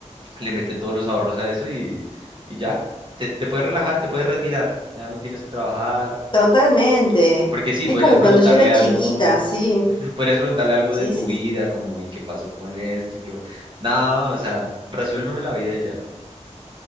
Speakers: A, on the right; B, on the left.
A: le mete todos los ahorros a eso y, y ya, te, te puedes relajar, te puedes retirar, ya no tienes que trabajar,
B: totalmente.
A: porque sí,
B: Es
A: podrías
B: como
A: preguntarle
B: cuando yo era chiquita,
A: algo,
B: sí,
A: ujú, podrías preguntarle algo
B: sí,
A: de tu
B: sí,
A: vida,
B: sí.
A: como, ¿y qué pasó con esto? ¿Y qué... No, o sea, resuélveme la vida y ya,